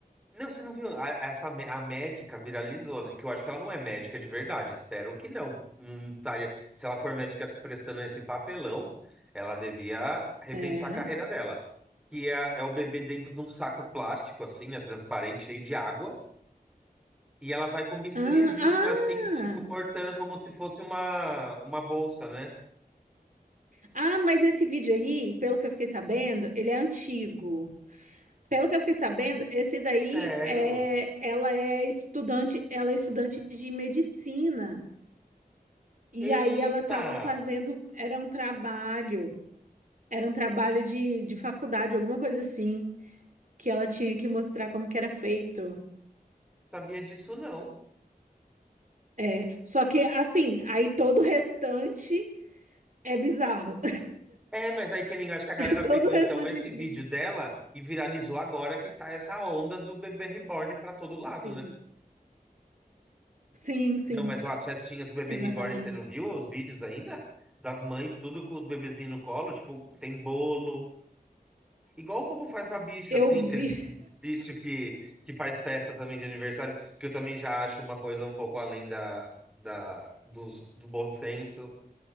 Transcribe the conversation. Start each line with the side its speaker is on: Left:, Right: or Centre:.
Centre: Não, você não viu? A, essa, mé- a médica viralizou, né? Que eu acho que ela não é médica de verdade. Espero que não. Não estaria- se ela for médica se prestando a esse papelão, ela devia repensar
Right: É.
Centre: a carreira dela. Que é, é o bebê dentro de um saco plástico, assim, né? Transparente, cheio de água. E ela vai com um bisturizinho,
Right: Ah, ah,
Centre: assim, tipo, cortando como se fosse uma, uma bolsa, né?
Right: ah, mas esse vídeo aí, pelo que eu fiquei sabendo, ele é antigo. Pelo que eu fiquei sabendo, esse daí
Centre: Sério?
Right: é, ela é estudante, ela é estudante de medicina. E
Centre: Eita!
Right: aí ela estava fazendo, era um trabalho, era um trabalho de, de faculdade, alguma coisa assim, que ela tinha que mostrar como que era feito.
Centre: Sabia disso não.
Right: É, só que assim, aí todo o restante é bizarro.
Centre: É, mas aí que nem acho que a galera
Right: <laughs> Todo
Centre: pegou
Right: o restante
Centre: então esse
Right: é estranho.
Centre: vídeo dela e viralizou agora que tá essa onda do bebê reborn pra todo lado,
Right: Sim,
Centre: né?
Right: sim, sim,
Centre: Não, mas ó, as festinhas do bebê
Right: exatamente.
Centre: reborn, você não viu os vídeos ainda? Das mães, tudo com os bebezinhos no colo, tipo, tem bolo. Igual o povo faz pra bicho,
Right: Eu
Centre: assim,
Right: vi.
Centre: aqueles bichos que, que faz festa também de aniversário, que eu também já acho uma coisa um pouco além da, da, dos- do bom senso.